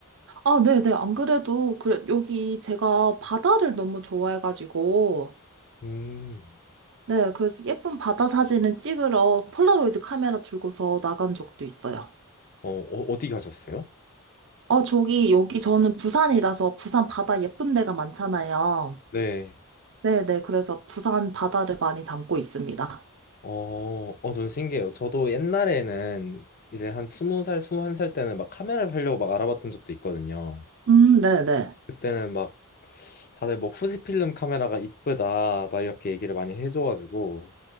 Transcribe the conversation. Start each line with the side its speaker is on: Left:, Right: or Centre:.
Right: 아, 네네. 안 그래도, 그래, 여기 제가 바다를 너무 좋아해가지고,
Left: 음,
Right: 네, 그래서 예쁜 바다 사진을 찍으러 폴라로이드 카메라 들고서 나간 적도 있어요.
Left: 어, 어, 어디 가셨어요?
Right: 어, 저기, 여기 저는 부산이라서 부산 바다 예쁜 데가 많잖아요.
Left: 네.
Right: 네네. 그래서 부산 바다를 많이 담고 있습니다.
Left: 어, 어, 전 신기해요. 저도 옛날에는 이제 한 스무 살, 스무 한 살 때는 막 카메라 살려고 막 알아봤던 적도 있거든요.
Right: 음, 네네.
Left: 그때는 막 다들 뭐 후지필름 카메라가 이쁘다 막 이렇게 얘기를 많이 해줘가지고